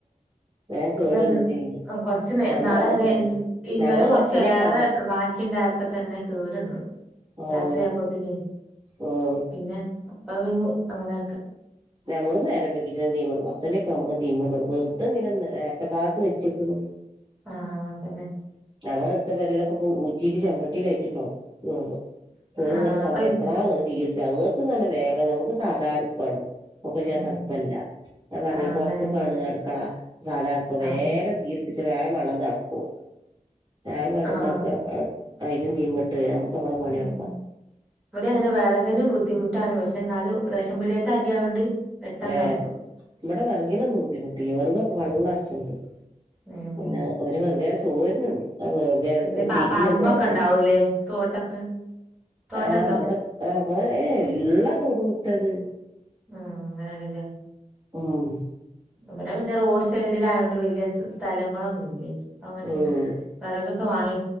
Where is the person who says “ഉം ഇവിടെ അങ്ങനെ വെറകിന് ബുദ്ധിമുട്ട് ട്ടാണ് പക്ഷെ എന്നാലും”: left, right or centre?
Centre